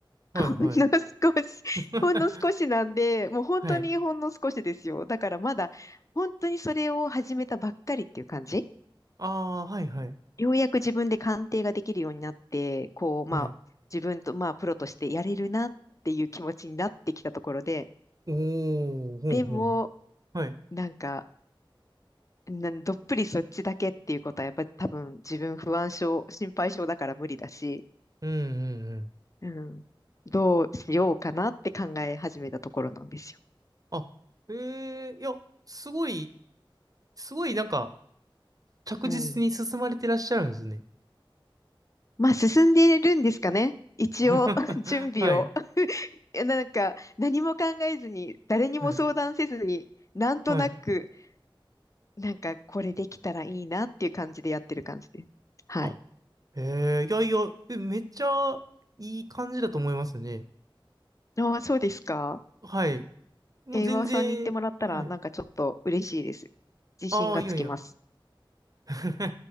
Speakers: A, on the right; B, on the left.
A: はいはい。
B: <laughs> ほんの少し、
A: <laughs>
B: <laughs> ほんの少しなんで、もう本当にほんの少しですよ。
A: はい。
B: だからまだ本当にそれを始めたばっかりっていう感じ。
A: ああ、はいはい。
B: ようやく自分で鑑定ができるようになって、こう、
A: はい。
B: まあ、自分と、まあ、プロとしてやれるなっていう気持ちになってきたところで、
A: おー、ほうほうほう。
B: でも、
A: はい。
B: なんか、などっぷりそっちだけっていうことは、やっぱり多分自分不安症、心配症だから無理だし、
A: うんうんうん。
B: うん、どうしようかなって考え始めたところなんですよ。
A: あ、ええいや、すごい、すごいなんか、着実に進まれてらっしゃるんですね。
B: うん。まあ、進んでいるんですかね。一応、
A: <laughs>
B: <laughs> 準備を。
A: はい、
B: いやなんか、何も考えずに、誰にも相談せずに、
A: はい、
B: なんとなく、
A: はい。
B: なんか、これできたらいいなっていう感じでやってる感じです。はい。
A: あ、ええいやいや、えめっちゃいい感じだと思いますね。
B: ああ、そうですか。
A: はい。もう全然、
B: えー、岩尾さんに言ってもらったら、
A: はい。
B: なんかちょっと嬉しいです。自信がつきます。
A: ああ、いやいや。<laughs>